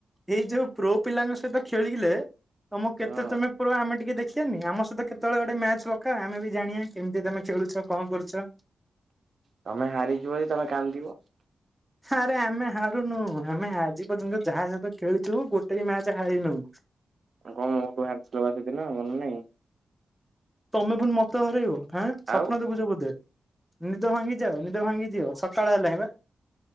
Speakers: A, in the centre; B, on the right.
A: ଏଇ ଯୋଉ ପ୍ରୋ ପିଲାଙ୍କ ସହିତ ଖେ ଖେଳିଲେ ତମ, କେତେ
B: ହଁ
A: ତମେ ପ୍ରୋ ଆମେ ଟିକେ ଦେଖ ଆନି। ଆମ ସହିତ କେତେବେଳେ ଗୋଟେ ମ୍ୟାଚ ପକା, ଆମେ ବି ଜାଣିଆ କେମିତି ତମେ ଖେଳୁଛ କଣ କରୁଛ?
B: ତମେ ହାରିଯିବ ଯଦି ତମେ କାନ୍ଦିବ।
A: ଆରେ ଆମେ ହାରୁନୁ, ଆମେ ଆଜି ପର୍ଯ୍ୟନ୍ତ ଯାହା ସହିତ ଖେଳୁଥିବୁ ଗୋଟେ ବି ମ୍ୟାଚ ହାରିନୁ।
B: କଣ ମୋ ଠୁ ହାରିିଥିଲ ବା ସେଦିନ, ମନେ ନାହିଁ।
A: ତମେ ପୁଣି ମତେ ହରେଇବ ଆଁ, ସ୍ୱପ୍ନ
B: ଆଉ
A: ଦେଖୁଛ ବୋଧେ? ନିଦ ଭାଙ୍ଗି ଯାଅ, ନିଦ ଭାଙ୍ଗି ଦିଅ ସକାଳ ହେଲାଣି ବା।